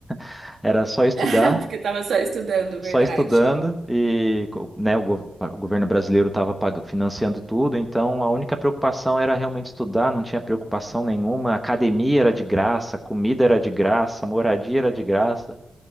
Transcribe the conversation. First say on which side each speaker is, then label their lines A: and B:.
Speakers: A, in the centre; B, on the right.
A: <laughs> era só estudar,
B: <laughs> Porque tava só estudando, verdade.
A: só estudando e co- né, o, gov- o governo brasileiro estava financiando tudo, então a única preocupação era realmente estudar, não tinha preocupação nenhuma, a academia era de graça, comida era de graça, moradia era de graça.